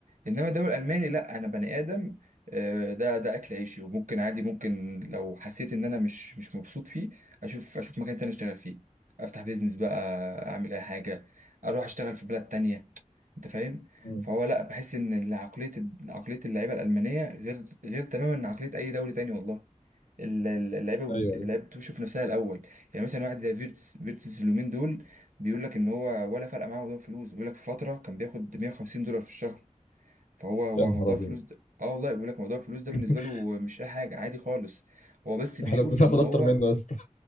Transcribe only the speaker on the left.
مم.
ايوه
ايوه
يا نهار
ابيض
<laughs>
احنا بناخد
اكتر منه يا اسطى